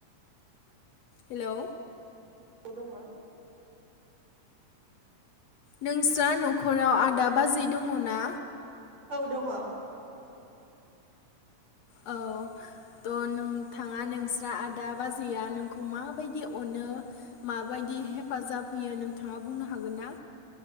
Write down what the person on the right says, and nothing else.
औ दङ
औ दङ